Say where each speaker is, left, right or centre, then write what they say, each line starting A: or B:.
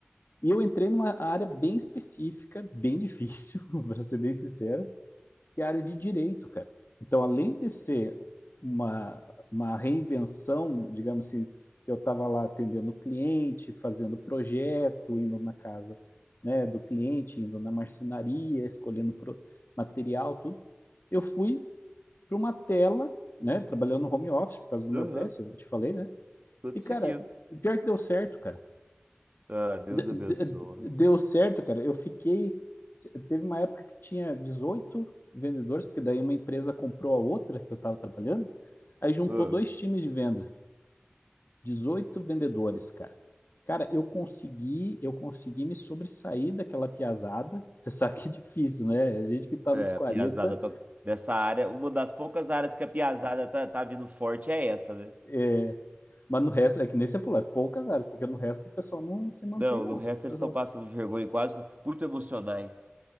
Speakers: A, on the left (about 55°); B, on the right (about 35°).
A: E eu entrei numa área bem específica, bem difícil, <laughs> para ser bem sincero, que é a área de direito, cara. Então, além de ser uma, uma reinvenção, digamos assim, que eu estava lá atendendo o cliente, fazendo projeto, indo na casa, né, do cliente, indo na marcenaria, escolhendo pro- material, tudo, eu fui para uma tela, né, trabalhando no home office por causa do
B: aham,
A: meu PS, eu te falei, né?
B: tô te
A: E, cara,
B: seguindo.
A: pior que deu certo, cara
B: Ah, Deus
A: de-
B: abençoa.
A: de- deu certo, cara. Eu fiquei. Teve uma época que tinha 18 vendedores, porque daí uma empresa comprou a outra que eu estava trabalhando, aí juntou
B: Ah,
A: dois times de venda, 18 vendedores, cara. Cara, eu consegui, eu consegui me sobressair daquela piazada. Você sabe que é difícil, né? A gente que tá
B: é,
A: nos 40,
B: a piazada tá, dessa área, uma das poucas áreas que a piazada tá, tá vindo forte é essa, né?
A: é, mas no resto, é que nem você falou, é poucas áreas, porque no resto o pessoal não se mantém,
B: Não,
A: não.
B: no resto
A: O pessoal
B: eles estão passando vergonha e quase muito emocionais.